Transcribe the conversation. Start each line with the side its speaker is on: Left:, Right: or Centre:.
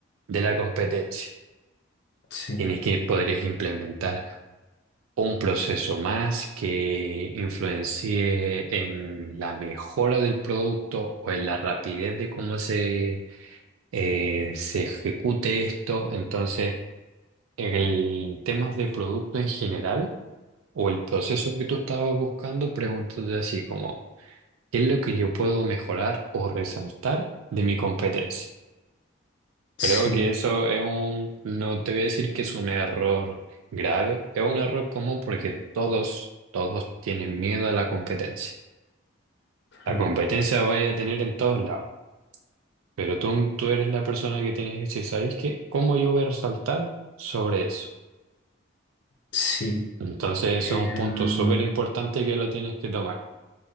Right: de la competencia?
Left: sí,
Right: Tienes que podrías implementar un proceso más que influencie en la mejora del producto o en la rapidez de cómo se eh, se ejecute esto. Entonces, en temas de producto en general o el proceso que tú estabas buscando, pregúntate así como, ¿qué es lo que yo puedo mejorar o resaltar de mi competencia?
Left: sí,
Right: Creo que eso es un, no te voy a decir que es un error grave, es un error común porque todos, todos tienen miedo a la competencia. La
Left: mm,
Right: competencia vaya a tener en todos lados. Pero tú, tú eres la persona que tienes que decir, ¿sabéis qué? ¿Cómo yo voy a resaltar sobre eso?
Left: sí.
Right: Entonces, eso
Left: Em,
Right: es un punto súper importante que lo tienes que tomar.